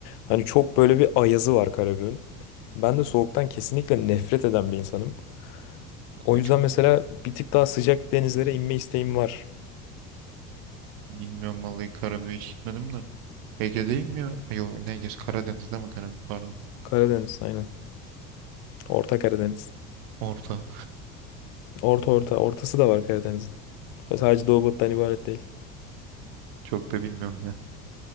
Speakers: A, on the left; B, on the right.
A: Hani çok böyle bir ayazı var Karabük'ün. Ben de soğuktan kesinlikle nefret eden bir insanım.
B: Vallahi
A: O yüzden
B: çok
A: mesela bir tık daha sıcak denizlere inme isteğim var.
B: bilmiyorum vallahi Karabük'e hiç gitmedim de. Ege değil mi ya? Ay, Yok ne Ege? Karadeniz değil mi Karabük pardon.
A: Karadeniz aynen. Orta Karadeniz.
B: Orta.
A: Orta orta ortası da var Karadeniz'in. Sadece Doğu Batı'dan ibaret değil.
B: Çok da bilmiyorum ya.